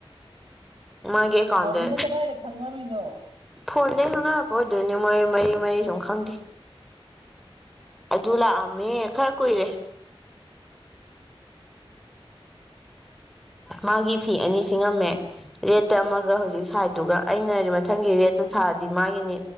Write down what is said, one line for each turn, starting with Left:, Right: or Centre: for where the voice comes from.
Centre: ꯎꯃꯒꯦ ꯀꯥꯟꯗꯦ
Right: ꯅꯥꯎꯕꯤꯅ ꯀꯗꯥꯏꯗ ꯈꯪꯅꯔꯨꯏꯅꯣ
Centre: ꯐꯣꯟꯗꯩ ꯈꯪꯅꯔꯛꯄ ꯑꯣꯏꯗꯣꯏꯅꯦ ꯃꯣꯏ ꯃꯔꯤ ꯃꯔꯤ ꯁꯨꯝ ꯈꯪꯗꯦ ꯑꯗꯨ ꯂꯥꯛꯑꯝꯃꯦ ꯈꯔ ꯀꯨꯏꯔꯦ ꯃꯥꯒꯤ ꯐꯤ ꯑꯅꯤ ꯁꯤꯉꯝꯃꯦ ꯔꯦꯠꯇ ꯑꯃꯒ ꯍꯧꯖꯤꯛ ꯁꯥꯏꯗꯨꯒ ꯑꯩꯅ ꯃꯊꯪꯒꯤ ꯔꯦꯠꯇ ꯁꯥꯔꯗꯤ ꯃꯥꯒꯤꯅꯤ